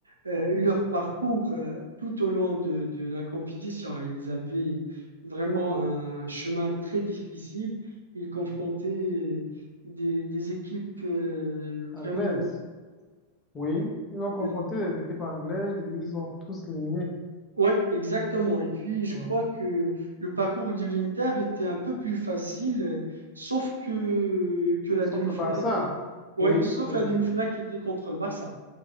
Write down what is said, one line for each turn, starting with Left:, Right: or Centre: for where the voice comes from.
Right: euh, leur parcours euh, tout au long de, de la compétition. Ils avaient vraiment un chemin très difficile. Ils confrontaient des, des équipes euh,
Left: anglaises.
Right: vraiment
Left: Oui, ils ont confronté
Right: de,
Left: les équipes anglaises et ils ont tous éliminé.
Right: Oui, exactement. Et puis, je
Left: Donc,
Right: crois que le parcours du l'Inter était un peu plus facile, euh, sauf que, que la
Left: sauf
Right: demi-finale
Left: le Barça.
Right: qui est... ouais,
Left: Oui,
Right: sauf
Left: c'est,
Right: la demi-finale qui était contre le Barça.